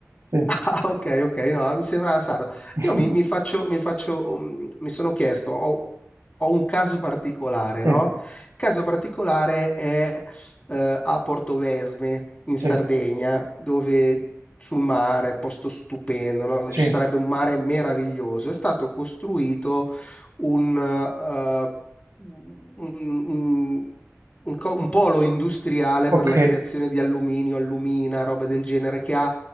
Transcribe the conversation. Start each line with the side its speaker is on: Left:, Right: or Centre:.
Right: Sì,
Left: Ah, ok, ok, no, ah, mi sembrava strano.
Right: <laughs>
Left: Io mi, mi faccio, mi faccio, um, mi sono chiesto, ho, ho un caso particolare,
Right: sì,
Left: no? Il caso particolare è eh, a Portovesme, in
Right: sì,
Left: Sardegna, dove sul mare, posto stupendo, no? Dove
Right: sì.
Left: Ci sarebbe un mare meraviglioso. È stato costruito un, eh, un un- un co- un polo industriale
Right: Ok.
Left: per la creazione di alluminio, allumina, roba del genere, che ha